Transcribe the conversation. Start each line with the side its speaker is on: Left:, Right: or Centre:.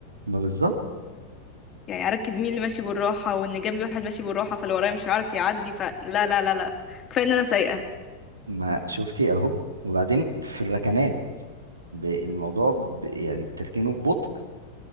Right: ما بالظبط
Left: يعني اركز مين اللي ماشي بالراحة وان جنبي واحد ماشي بالراحة فاللي ورايا مش هيعرف يعدي فلا لا لا لا كفاية ان انا سايقة
Right: ما شفتي اهو وبعدين في الركنات ب- الموضوع ب... يعني بتركينه ببطء